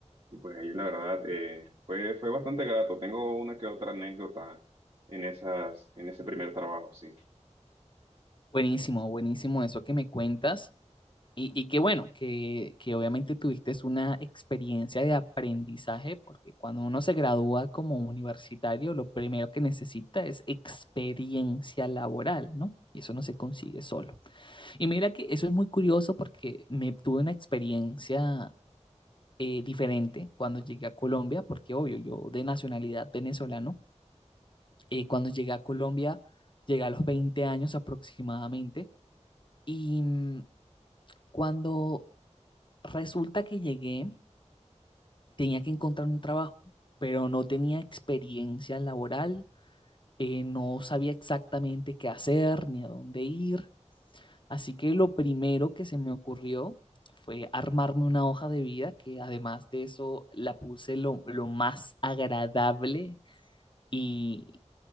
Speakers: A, on the right; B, on the left.
A: Y pues ahí la verdad eh, fue, fue bastante grato. Tengo una que otra anécdota en esas, en ese primer trabajo, sí.
B: Buenísimo, buenísimo eso que me cuentas. Y, y qué bueno, que, que obviamente tuviste una experiencia de aprendizaje, porque cuando uno se gradúa como universitario, lo primero que necesita es experiencia laboral, ¿no? Y eso no se consigue solo. Y mira que eso es muy curioso porque me tuve una experiencia eh, diferente cuando llegué a Colombia, porque obvio, yo de nacionalidad venezolano, eh, cuando llegué a Colombia, llegué a los 20 años aproximadamente, y mm, cuando resulta que llegué, tenía que encontrar un trabajo, pero no tenía experiencia laboral, eh, no sabía exactamente qué hacer ni a dónde ir. Así que lo primero que se me ocurrió fue armarme una hoja de vida, que además de eso la puse lo, lo más agradable y,